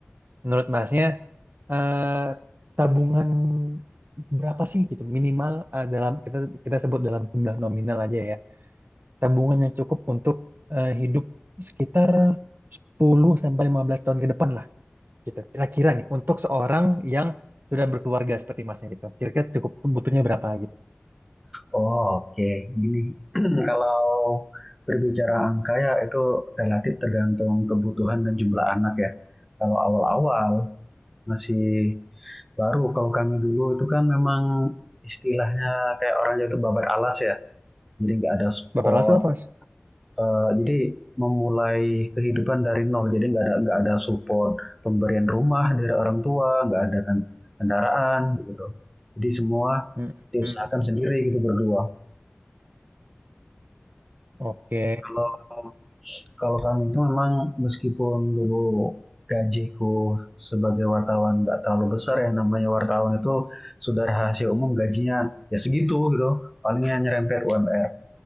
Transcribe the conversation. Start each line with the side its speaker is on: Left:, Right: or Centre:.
Right: Menurut Masnya, eh, tabungan berapa sih gitu minimal eh, dalam kita kita sebut dalam jumlah nominal aja ya. Tabungan yang cukup untuk eh, hidup sekitar 10 sampai 15 tahun ke depan lah. gitu. Kira-kira nih, untuk seorang yang sudah berkeluarga seperti masnya gitu, kira-kira cukup butuhnya berapa gitu?
Centre: Oke, gini. <clears throat> Kalau berbicara angka ya itu relatif tergantung kebutuhan dan jumlah anak ya. Kalau awal-awal masih baru, kalau kami dulu itu kan memang istilahnya kayak orang itu babat alas ya. Jadi nggak ada support,
Right: Bapak Rasul apa, Mas?
Centre: eh, jadi memulai kehidupan dari nol jadi nggak ada nggak ada support pemberian rumah dari orang tua nggak ada kan kendaraan gitu jadi semua
Right: Mm-mm.
Centre: diusahakan sendiri gitu berdua
Right: Oke.
Centre: kalau kalau kami itu memang meskipun dulu gajiku sebagai wartawan nggak terlalu besar yang namanya wartawan itu sudah rahasia umum gajinya ya segitu gitu palingnya nyerempet UMR